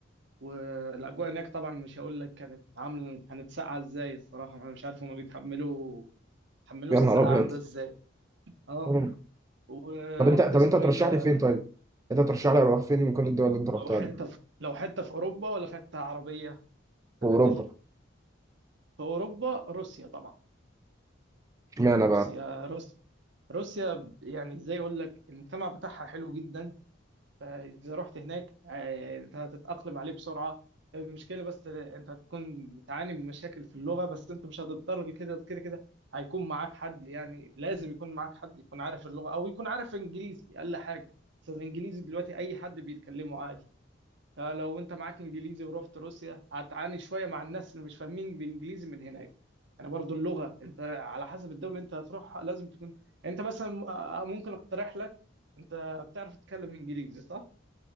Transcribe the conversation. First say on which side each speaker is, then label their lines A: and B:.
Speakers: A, on the right; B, on the right.
A: والأجواء هناك طبعا مش هقول لك كانت عامل كانت ساقعة ازاي الصراحة أنا مش عارف هما بيتحملوا بيتحملوا
B: يا
A: السقعان
B: نهار ابيض
A: ده ازاي اه
B: مم.
A: ورحت
B: طب انت طب
A: اسمه
B: انت ترشح
A: ايه ده
B: لي فين طيب انت ترشح لي اروح فين من كل الدول اللي انت
A: لو
B: رحتها
A: حتة
B: دي في
A: في لو حتة في أوروبا ولا في حتة عربية كان
B: اوروبا
A: هتفرق في أوروبا روسيا طبعا
B: اشمعنى
A: روسيا
B: بقى
A: روسيا روسيا يعني ازاي اقول لك المجتمع بتاعها حلو جدا فإذا رحت هناك آه، أنت هتتأقلم عليه بسرعة المشكلة بس أنت هتكون بتعاني من مشاكل في اللغة بس أنت مش هتضطر لكده كده كده هيكون معاك حد يعني لازم يكون معاك حد يكون عارف اللغة أو يكون عارف إنجليزي أقل حاجة بس الإنجليزي دلوقتي أي حد بيتكلمه عادي فلو أنت معاك إنجليزي ورحت روسيا هتعاني شوية مع الناس اللي مش فاهمين بالإنجليزي من هناك يعني برضو اللغة أنت على حسب الدولة اللي أنت هتروحها لازم تكون يعني أنت مثلا آه، ممكن أقترح لك أنت بتعرف تتكلم إنجليزي صح؟